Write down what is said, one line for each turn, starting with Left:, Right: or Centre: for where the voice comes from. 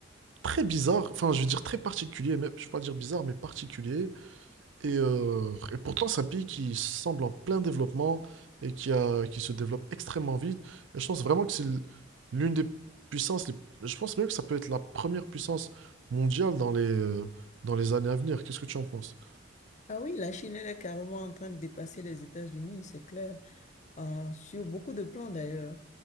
Right: très bizarre, enfin je veux dire très particulier, mais je ne vais pas dire bizarre, mais particulier. Et, euh, et pourtant c'est un pays qui semble en plein développement et qui a, qui se développe extrêmement vite. Et je pense vraiment que c'est l- l'une des puissances, les- je pense même que ça peut être la première puissance mondiale dans les, euh, dans les années à venir. Qu'est-ce que tu en penses?
Left: Ah oui, la Chine, elle est carrément en train de dépasser les États-Unis, c'est clair, euh, sur beaucoup de plans d'ailleurs.